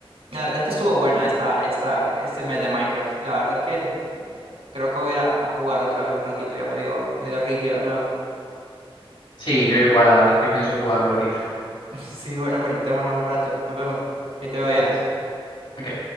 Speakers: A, on the right (about 85°); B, on the left (about 80°).
A: La verdad es que estuvo buena esta, esta, este mes de Minecraft, la verdad es que creo que voy a ir a a jugar otra vez un ratito, ya medio, medio rígido de nuevo.
B: Sí, yo igual, la verdad es que pienso jugarlo ahorita.
A: <laughs> Sí, bueno, conectémonos un rato. Nos vemos. Ahí te veo allá.
B: Adiós. Ok.